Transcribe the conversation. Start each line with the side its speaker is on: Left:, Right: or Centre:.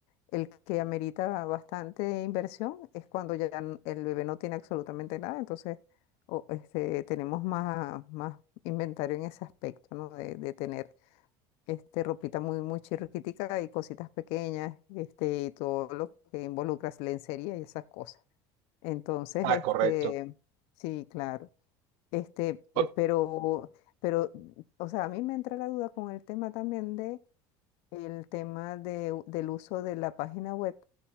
Left: el que amerita bastante inversión es cuando ya n- el bebé no tiene absolutamente nada, entonces o, este, tenemos más, más inventario en ese aspecto, ¿no? De, de tener este, ropita muy, muy chirriquitica y cositas pequeñas, este, y todo lo que involucra lencería y esas cosas. Entonces,
Right: ah,
Left: este,
Right: correcto.
Left: sí, claro. Este, eh,
Right: O-
Left: pero, pero, o sea, a mí me entra la duda con el tema también de el tema de u- del uso de la página web,